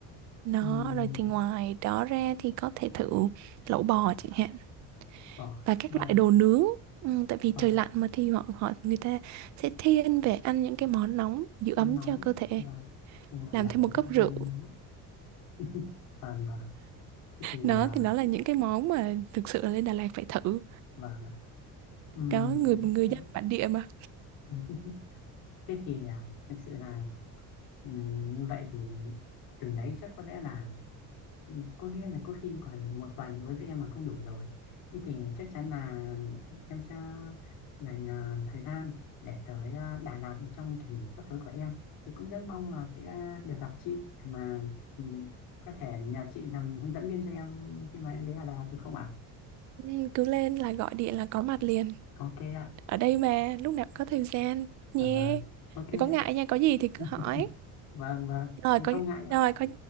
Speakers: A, on the right (about 50°); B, on the left (about 70°).
A: nó
B: Ừm,
A: rồi thì ngoài đó ra thì có thể thử lẩu bò chẳng hạn
B: vâng
A: và các
B: vâng
A: loại đồ nướng ừ, tại vì
B: vâng
A: trời lạnh mà thì họ họ người ta sẽ thiên về ăn những cái món nóng giữ
B: mình
A: ấm
B: nóng
A: cho cơ thể
B: và nhưng mà
A: làm
B: lẩu
A: thêm một cốc rượu
B: mình nướng <laughs> và và thế thì
A: đó
B: à,
A: thì đó là những cái món mà thực sự là lên Đà Lạt phải thử
B: và um,
A: đó người người
B: đó.
A: dân bản địa mà
B: <laughs> thế thì à, thực sự là ừm, như vậy thì chừng đấy chắc có lẽ là Ừ, Có nghĩa là có khi còn một tuần đối với em mà không đủ rồi Thế thì chắc chắn là em sẽ dành à, thời gian để tới à, Đà Lạt trong kỳ nghỉ sắp tới của em Thì cũng rất mong là sẽ được gặp chị để mà ừ, có thể nhờ chị làm hướng dẫn viên cho em khi mà em đến Đà Lạt được không ạ?
A: ừ, cứ lên là gọi điện là có mặt liền
B: Ok ạ,
A: ở đây mà lúc nào cũng có thời gian nhé
B: cảm ơn Ok ạ,
A: đừng có ngại nha có gì thì cứ
B: Ừ,
A: hỏi
B: vâng vâng,
A: rồi
B: nhưng
A: có
B: không ngại ạ
A: rồi có